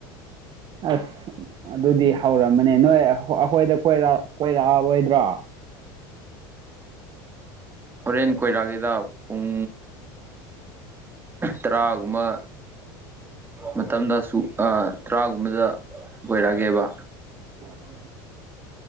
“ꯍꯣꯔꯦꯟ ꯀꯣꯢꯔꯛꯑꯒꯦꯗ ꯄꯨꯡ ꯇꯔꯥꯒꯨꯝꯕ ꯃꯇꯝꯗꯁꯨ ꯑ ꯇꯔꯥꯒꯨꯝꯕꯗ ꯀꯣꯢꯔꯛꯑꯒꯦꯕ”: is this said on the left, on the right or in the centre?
Right